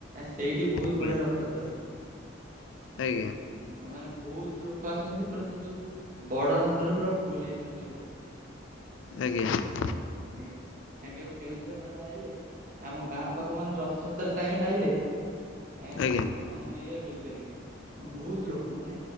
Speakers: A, on the right; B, on the left.
A: ସେଇଠି ବହୁତ
B: ଆଜ୍ଞା
A: ବଢିଆ ରଥଯାତ୍ରା ହୁଏ
B: ଆଜ୍ଞା
A: ଏମାନେ ବହୁତ ଲୋକ ଆସନ୍ତି ପୁରା ସେ ଯୋଉ ବଡ ହାଣ୍ଡରେ ପୁରା ଫୁଲ ହେଇଯାନ୍ତି ଲୋକରେ ୟ
B: ଆଜ୍ଞା
A: କେବେ କେଉଁ ଜୋର ଆଡେ ଆଇଲେ ଆମ ଗାଁ ପାଖକୁ ମାନ ରଥଯାତ୍ରା ଟାଇମେ ଆଇିଲେ ଆଜ୍ଞା
B: ଆଜ୍ଞା
A: ଆମ ଇଏ ବୁଲିପାରିବେ ବହୁତ ଲୋକ ମାନେ